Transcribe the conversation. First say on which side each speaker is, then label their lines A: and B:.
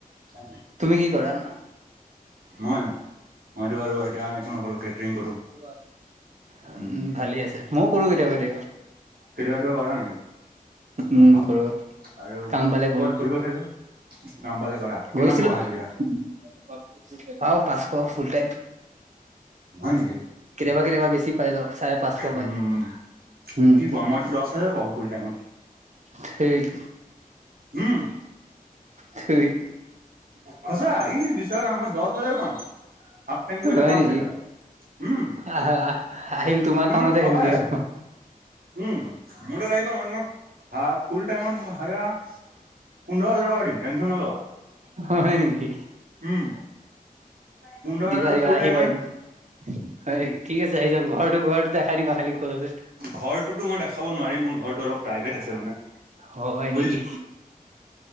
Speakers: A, on the right; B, on the right.
A: আ
B: তুমি কি কৰা নো?
A: মইয় মইতটো বাৰু এতিয়া একো নকৰো। কেটাৰিং কৰো
B: উ উ
A: উম
B: ভালে আছে ময়ও কৰো কেতিয়াবা কেতিয়াবা।
A: কেতিযাবি কেতিয়াবা কৰা নেকি?
B: উম
A: অহ
B: কৰো
A: আৰু
B: কাম পালে
A: ক'বাত
B: কৰো।
A: ফুৰিব চুৰিব কাম পালে কৰা কিমান
B: গৈছিলো।
A: পোৱা হাজিৰা
B: ৱাও‌ পাঁচ ক ফুলটাইম,
A: হয়নেকি?
B: কেতিযাবা কেতিযাবা বেছি পাইযাও চাৰে পাঁচশ পাই
A: উম
B: যাওঁ উম,
A: কি কোৱা মইতো দহ হাজাৰ পাওঁ ফুল টাইমত
B: ঠেইত,
A: উম
B: <inaudible> ঠেইত
A: সঁচা ই বিশ্বাস আমাৰ দশ হাজাৰ পাওঁ। হাফ টাইম কৰিলে
B: হয়
A: পাঁচ
B: নেকি?
A: হাজাৰ উম।
B: আহা আহ আহিম তোমাৰ
A: ইমানটোত
B: কামতে
A: ঠগাই
B: আহিম দিয়া।
A: আছে উম মোৰ লগত আহিবা মই, তোমাক হা ফুল টাইমত হা পোন্ধৰ হাজাৰ টকা দিম টেনচন নলবা।
B: হয় নেকি?
A: উম পোন্ধৰ
B: দিবাৰী
A: হাজাৰ ফুল
B: বা আহি
A: টাইমৰ
B: পাইম হয় নেকি? ঠিক আছে আহি যাম ঘৰটো ঘৰটো দেখাই দিবা খালি ক'ত আছে?
A: ঘৰটোতো মই দেখাব নোৱাৰিম মোৰ ঘৰটো অলপ প্ৰাইভেট আছে মানে,
B: হয়
A: বুজিছা
B: নেকি?